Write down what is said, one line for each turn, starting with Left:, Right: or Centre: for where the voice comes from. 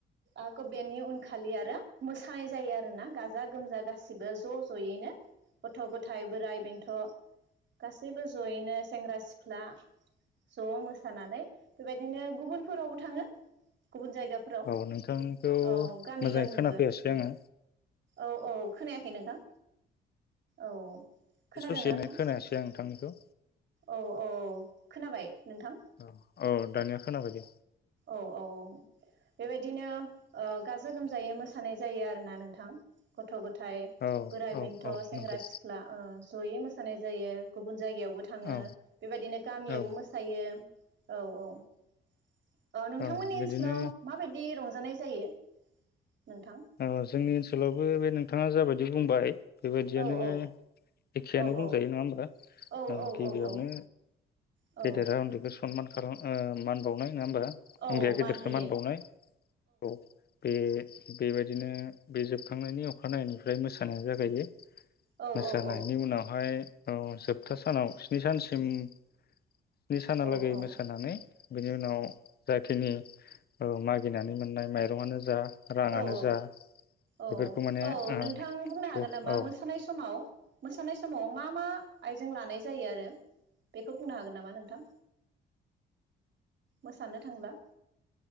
Right: आक' बेनि उनखालि आरो, मोसानाय जायो आरोना गाजा गोमजा गासिबो ज' ज'यैनो। गथ' गथाय बोराइ बेंथ' गासैबो ज'यैनो सेंग्रा सिख्ला ज' मोसानानै बेबायदिनो गुबुनफोरावबो थाङो गुबुन जायगाफोराव
Left: औ नोंथांखौ
Right: औ गामि
Left: मोजाङै
Right: गामिबो
Left: खोनाफैयासै आङो।
Right: औ औ। खोनायाखै नोंथां? औ। खोनादोंना
Left: बे ससेनो
Right: नोंथां
Left: खोनायासै आं नोंथांनिखौ।
Right: औ औ खोनाबाय नोंथां?
Left: औ औ दानिया खोनाबायदे।
Right: औ औ औ बेबायदिनो ओ गाजा गोमजायै मोसानाय जायो आरोना नोंथां, गथ' गथ थाय
Left: औ
Right: बोराइ
Left: औ
Right: बेंथ'
Left: औ
Right: सेंग्रा
Left: नंगौ
Right: सिख्ला ओ ज'यै मोसानाय जायो गुबुन जायगायावबो थाङो,
Left: औ
Right: बेबायदिनो गामियावबो
Left: औ
Right: मोसायो। औ औ। नोंथांमोननि
Left: औ बिदिनो
Right: ओनसोलाव माबायदि रं रंजानाय जायो नोंथां
Left: अ जोंनि ओनसोलावबो बे नोंथाङा जाबायदि दि बुंबाय बे बायदियानो
Right: औ औ
Left: एखेयानो
Right: औ
Left: बुंजायो
Right: औ
Left: नंङा होमबा?
Right: औ
Left: ओ गिबियावनो
Right: औ औ औ
Left: गेदेरा उन्दैखौ स सनमान खालाम ओ मान बावनाय नोंङा होमबा?
Right: औ
Left: उन्दैया
Right: मान
Left: गेदेरखौ
Right: होयो
Left: मानबावनाय औ बे बे बायदिनो बे जोबखांनायनि अखानायै निफ्राय मोसानाया जागायो।
Right: औ
Left: मोसानायनि
Right: औ औ
Left: उनावहाय अ जोबथा सानाव स्नि सानसिम स्नि सानालागै
Right: औ
Left: मोसानानै बिनि उनाव जाखिनि ओ मागिनानै मोननाय माइरंआनो जा राङानो
Right: औ औ
Left: जा
Right: औऔ
Left: बेफोरखौ माने
Right: औ
Left: ओ
Right: नोंथां बुंनो हागोन नामा
Left: औ
Right: मोसानाय समाव मोसानाय समाव मा मा आइजें लानाय जायो आरो बेखौ बुंनो हागोन नामा नोंथां? मोसानो थांब्ला